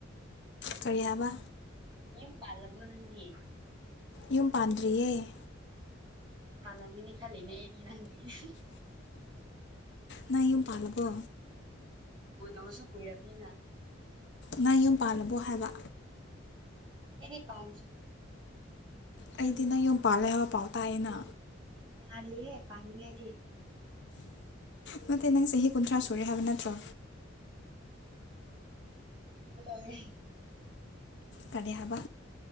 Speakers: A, on the left; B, on the right.
A: ꯀꯔꯤꯌꯥꯕ
B: ꯍ ꯄꯥꯂꯛꯕ ꯅꯗꯤꯌꯦꯦ
A: ꯌꯨꯝ ꯄꯥꯟꯗ꯭ꯔꯤꯌꯦ
B: ꯄꯂꯃꯅꯤꯅꯤ ꯈꯜꯂꯤꯅꯦ ꯑꯦꯔꯤ ꯔꯥꯟꯗꯤ <inaudible>
A: ꯅ ꯌꯨꯝ ꯄꯜ ꯍꯕꯣ
B: ꯑꯣꯗꯕꯨꯁꯨ ꯀꯏꯔꯕꯤꯅ
A: ꯅꯪ ꯌꯨꯝ ꯄꯥꯜꯂꯕꯣ ꯍꯥꯏꯕ
B: ꯑꯦꯅꯤ ꯄꯗ
A: ꯑꯩꯗꯤ ꯅꯪ ꯌꯨꯝ ꯄꯥꯜꯂꯦ ꯍꯥꯏꯕ ꯄꯥꯎ ꯇꯥꯛꯑꯦꯅ
B: ꯑꯍꯦ ꯄꯅꯤ ꯍꯥꯏꯗꯤ
A: ꯅꯠꯇꯦ ꯅꯪ ꯆꯍꯤ ꯀꯨꯟꯊ꯭ꯔꯥ ꯁꯨꯔꯦ ꯍꯥꯏꯕ ꯅꯠꯇ꯭ꯔꯣ
B: ꯇꯒꯦ
A: ꯀꯔꯤꯌꯥꯕ